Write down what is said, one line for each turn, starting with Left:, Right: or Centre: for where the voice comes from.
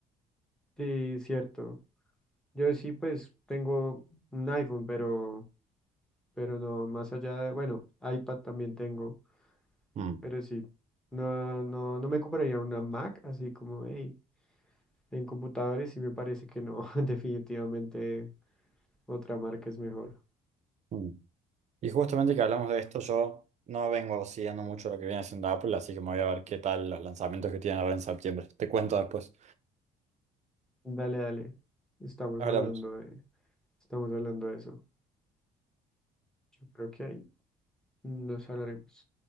Centre: Sí, cierto. Yo sí, pues tengo un iPhone, pero, pero no, más allá de, bueno, iPad también tengo,
Right: Mm,
Centre: pero sí, no, no, no me compraría una Mac, así como, hey, en computadores sí me parece que no, <laughs> definitivamente otra marca es mejor.
Right: mm. Y justamente que hablamos de esto, yo no vengo siguiendo mucho lo que viene haciendo Apple, así que me voy a ver qué tal los lanzamientos que tienen ahora en septiembre. Te cuento después.
Centre: Dale, dale, estamos
Right: Hablamos.
Centre: hablando de, estamos hablando de eso. Yo creo que ahí nos hablaremos.